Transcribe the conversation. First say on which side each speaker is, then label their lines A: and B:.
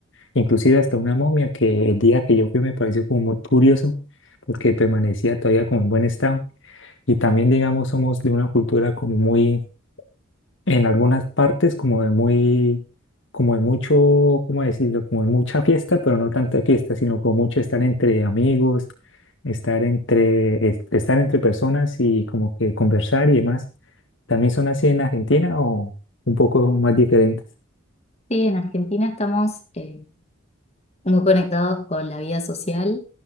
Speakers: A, on the left (about 60°); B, on the left (about 30°).
A: inclusive hasta una momia que el día que yo fui me pareció como muy curioso porque permanecía todavía como en buen estado. Y también, digamos, somos de una cultura como muy en algunas partes como de muy, como de mucho, ¿cómo decirlo? Como de mucha fiesta, pero no tanta fiesta, sino como mucho estar entre amigos, estar entre, es- estar entre personas y como que conversar y demás. ¿También son así en Argentina o un poco más diferentes?
B: Sí, en Argentina estamos eh, muy conectados con la vida social.